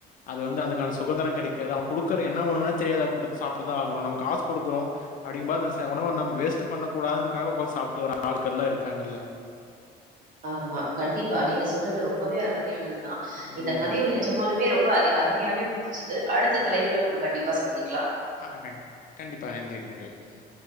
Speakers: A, on the left; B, on the right.
A: அது வந்து அதுக்கான சுகந்தரோ கெடைக்காது அவே குடுக்கற என்ன உணவுனே தெரியாது அது குடுத்தா சாப்டு தா ஆகணு. நம்ம காசு குடுக்குறோ அப்டின் போ ச நம்ம உணவு வேஸ்ட் பண்ண கூடாதுன்னுன்ற க்காக ஒக்காந்து சாப்ட்டு வர ஆளுக்கெல்லா இருக் இருக்காங்கல்ல
B: ஆமா கண்டிப்பா நீங்க சொல்றது ரொம்பவே அருமையானது தா
A: அஹ்
B: இந்த பதிவு நெஜமாலுமே ரொம் ம்ப அது அருமையாவே முடிஞ்சிது அடுத்த தலைப்புல நம்ம கண்டிப்பா சந்திக்
A: ஆகட்டுங்க கண்டிப்பா நன்றி நன்றி ம்